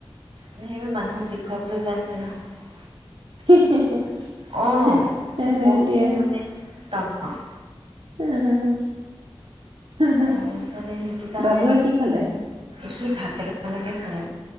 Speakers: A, on the right; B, on the right.
A: মানে সেইবোৰ মানুহক দেখুৱাবলৈ যোৱা নিচিনা হয়
B: হি হি
A: অ',
B: হি অ
A: মই বৰ
B: দিয়া
A: মানে টান পাওঁ
B: উম হম হম হে হে
A: তাৰপিছত সেইটো কাৰণে
B: বাবুৱে কি খালে
A: সি ভাত কেটা মানকে খালে